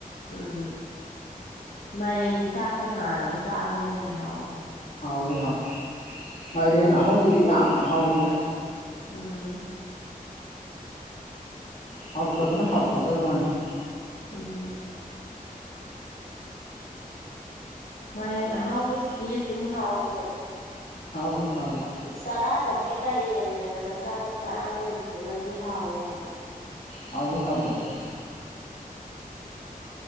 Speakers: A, on the left; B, on the left.
A: ꯎꯝ ꯃꯥꯏꯔꯦꯟꯗꯤ ꯆꯥꯛꯇ ꯉꯥꯜꯂꯒ ꯆꯥꯕꯅ ꯍꯦꯟꯅ ꯍꯥꯎꯕꯅꯤ
B: ꯍꯥꯎꯏꯤ ꯍꯥꯎꯋ ꯃꯥꯏꯔꯦꯟ ꯑꯍꯧꯕꯗꯤ ꯌꯥꯝ ꯍꯥꯎꯋꯤꯗ
A: ꯑꯥ
B: ꯍꯥꯎ ꯇꯕꯅ ꯍꯥꯎꯛꯇꯕ ꯏ ꯋꯥꯅꯤ
A: ꯎꯝ ꯃꯌꯦꯣꯟ ꯑꯍꯥꯎꯕꯁꯤꯗꯤ ꯑꯗꯨꯝ ꯍꯥꯎꯔꯤ ꯄꯣꯠꯅꯤ
B: ꯍꯥꯎ ꯍꯥꯎ
A: ꯆꯔꯥ ꯇꯝꯕꯤ ꯃꯌꯦꯦꯅ ꯃꯆꯥ ꯃꯆꯥ ꯑꯃ ꯂꯩꯕꯗꯨꯅꯗꯤ ꯍꯥꯎꯋꯦ ꯍꯥꯏꯕꯅꯤ
B: ꯍꯥꯎ ꯍꯥꯎꯋ ꯌꯥ